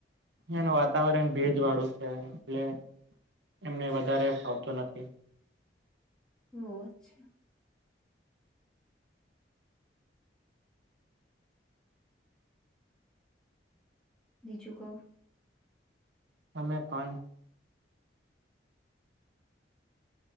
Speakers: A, on the right; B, in the centre.
A: એનું વાતાવરણ ભેજ વાળું છે એટલે એમને વધારે ફાવતું નથી
B: હો અચ્છા બીજું કો
A: <unintelligible>